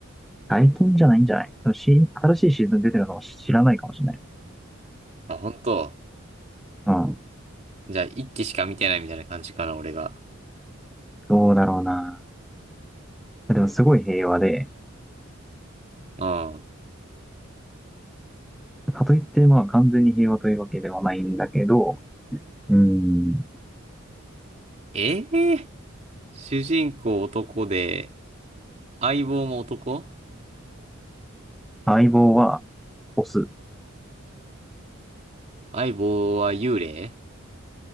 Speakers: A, in the centre; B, on the right.
A: 外見じゃないんじゃないでもし、新しいシーズン出てるのを知らないかもしれない。
B: あ、本当。
A: うん。
B: じゃあ、一期しか見てないみたいな感じかな、俺が。
A: どうだろうな。でもすごい平和で、
B: うん。
A: かといってまあ完全に平和というわけではないんだけど、うん。
B: ええ主人公男で、相棒も男
A: 相棒はオス。
B: 相棒は幽霊